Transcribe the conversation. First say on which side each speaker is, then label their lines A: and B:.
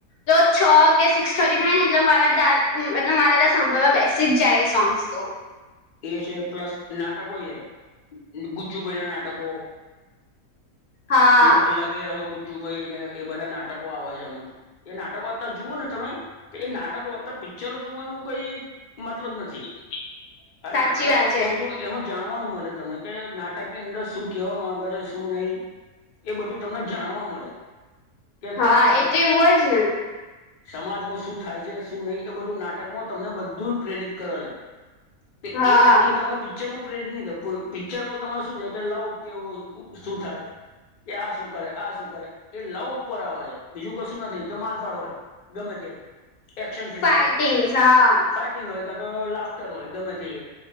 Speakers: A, on the left; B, on the left.
A: રોજ છ કે સિક્સ થર્ટી થાયને એટલે મારા દાદ એટલે મારા દાદા સાંભળવા બેસી જ જાય એ સોંગ્સ તો.
B: એ છે પ્લસ નાટકોય છે, ગુજ્જુભઈના નાટકો.
A: હા
B: લગ-લગે રહો ગુજ્જુભાઈને એ બધા નાટકો આવે છે, અમુક. એ નાટકો અતાર જુઓ ને તમે કે એ નાટકો કરતા પિક્ચરો જોવાનું કઈ મતલબ નથી.
A: <inaudible>
B: અન નાટકો
A: વાત છે
B: ન બધું જોએ એમા જાણવાનું મલે તમે કે નાટકની અંદર શું કહેવા માગે છે શું નહીં? એ બધું તમને જાણવા મળે કે
A: હા
B: સન
A: એ તો એવું જ ને
B: સમાજમાં શું થાય છે, શું નહી એ બધું નાટકમાં તમને બધું જ પ્રેરિત કરે છ. એ
A: હા
B: એ વસ્તુ તમે પિક્ચરમાં પ્રેરિત નઈ થાય પર પિક્ચરમાં તમારે શું છે કે લવ કેવુ શું થાય? કે આ શું કરે, આ શું કરે એ લવ ઉપર આવ છ બીજું કશું નથી કે મારફાડ હોય. ગમે તે એક્શન ફિલ્મોય,
A: ફાઈટિંગ્સ હા
B: ફાઇટ ટીંગ હોય કા તો લાફ્ટર હોય ગમે થી